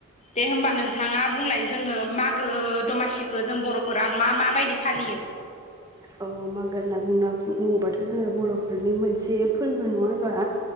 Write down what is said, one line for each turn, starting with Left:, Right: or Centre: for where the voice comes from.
Left: दे होमबा नोंथाङा बुंलाय जोङो मागो दमासि खो जों बर'फोरा मा माबायदि फालियो?
Right: औ मागो होनना बुंना बुङोबाथ' जोङो बर'फोरनि मोनसे फोरबो नङा होनबा।